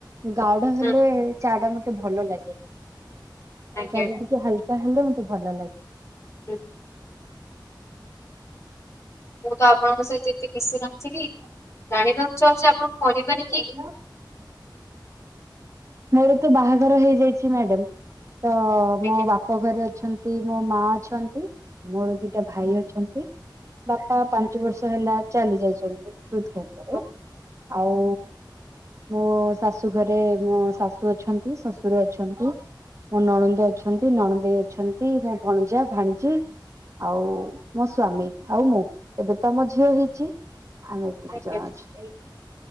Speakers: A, on the right; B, on the left.
A: ଗାଢ଼
B: ହୁଁ
A: ହେଲେ ଚାହା ଟା ମତେ ଭଲ ଲାଗେନି।
B: ଆଜ୍ଞା
A: ଚାହା
B: ହୁଁ।
A: ଟା ଟିକେ ହାଲ୍ ହାଲକା ହେଲେ ମତେ ଭଲ ଲାଗେ।
B: ହ <unintelligible> ମୁଁ ତ ଆପଣଙ୍କ। <unintelligible> ତେ ମିଶି ନଥିଲି, ଜାଣିବାକୁ ଚାହୁଁଛି ଆପଣଙ୍କ ପରିବାରେ
A: <unintelligible> ମୋର ତ ବାହାଘର ହେଇଯାଇଚି ମ୍ୟାଡାମ୍। ତ
B: ଆଜ୍ଞା।
A: ମୋ ବା ବାପ ଘରେ ଅଛନ୍ତି ମୋ ମା ଅଛନ୍ତି। ମୋର ଦିଟା ଭାଇ ଅଛନ୍ତି। ବାପା ପାଞ୍ଚ ବର୍ଷ ହେଲା ଚାଲି ଯାଇଛନ୍ତି ହୃଦଘାତରେ।
B: ଆଜ୍ଞା
A: ଆଉ ମୋ ଶାଶୁ ଘରେ ମୋ ଶାଶୁ ଅଛନ୍ତି ଶ୍ୱଶୁର ଅଛନ୍ତି। ମୋ ନଣନ୍ଦ ଅଛନ୍ତି, ନଣଦେଇ ଅଛନ୍ତି, ମୋ ଭଣଜା ଭାଣିଜି ଆଉ ମୋ ସ୍ଵାମୀ, ଆଉ ମୁଁ, ଏବେ ତ ମୋ ଝିଅ ହେଇ ଚି, ଆମେ ଏତିକି
B: ଆଜ୍ଞା।
A: ଜଣ ଅଛୁ।